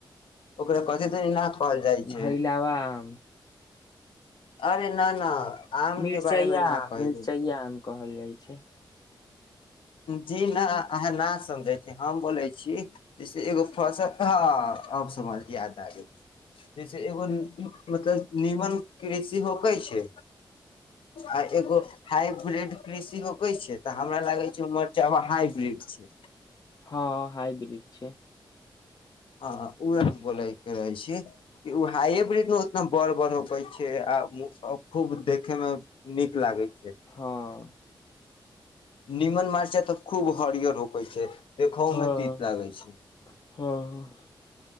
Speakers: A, on the left; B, on the left.
A: ओकरा कथी दुनी ना कहल जाइ छै
B: घहि लवम
A: अरे न न आम
B: मिरचाइया
A: के बारे मे न कही
B: मिरचाइया आम कहल जाइ छै
A: जी ना अहाँ न समझै छी हम बोले छी जैसे एगो फसल ह अब समझ याद आ गेल छी जैसे एगो मतलब नीमन कृषि होक छै आ एगो हाइब्रिड कृषि होके छै तऽ हमरा लागै उ मरचा आ हाइब्रीड छै
B: हँ हाइब्रिड छै
A: हँ उहे हम बोले के रहे छी कि ओ हाइ ब्रीड मे उतना बर बर होैखै छै आ खूब देखे मे नीक लागे छै
B: हँ
A: निमन मरिचा तऽ खूब हरिय रोपै छै देखहो
B: हँ,
A: मे तीत लागै छै
B: हँ,